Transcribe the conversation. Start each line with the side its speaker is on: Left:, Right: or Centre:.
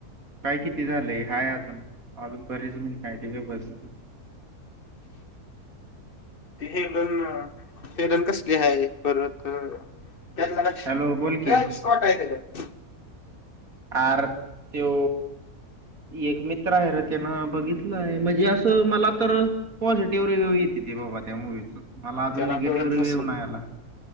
Right: काय किती झालंय हाय अजून, अजून बरीच मिंनट हाय की गप बस.
Left: ते हेलन, हेलन कसली आहे परत त्याल्या
Right: हॅलो बोल की
Left: ट <unintelligible> स्पॉट आहे त्याच्यात.
Right: आर तो एक मित्र आहे रे त्यान बघितलं आहे म्हणजे असं मला तर पॉझिटिव्ह रिव्हू येते ते बाबा त्या मूवीच मला अजून
Left: त्याला
Right: निगेटिव्ह
Left: कळत
Right: रिव्ह्यूव
Left: नसेल
Right: नाही आला.